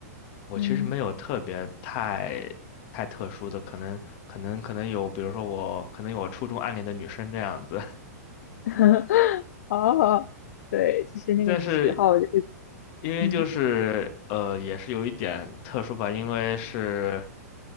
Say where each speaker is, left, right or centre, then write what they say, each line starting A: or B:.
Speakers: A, on the left; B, on the left.
A: 我其实没有特别太太特殊的，
B: 嗯，
A: 可能可能可能有，比如说我可能有我初中暗恋的女生这样子。
B: <laughs> 好好，对，就是那个你时候，
A: 但是
B: 就是
A: 因为就是呃，
B: 嗯，
A: 也是有一点特殊吧，因为是